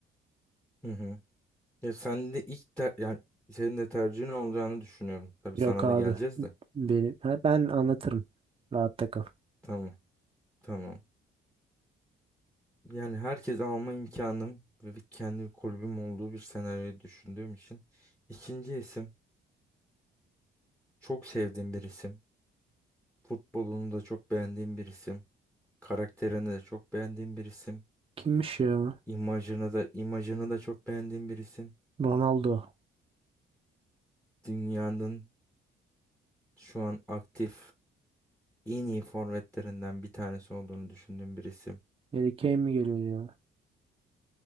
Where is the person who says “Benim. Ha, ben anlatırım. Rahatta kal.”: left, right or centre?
Right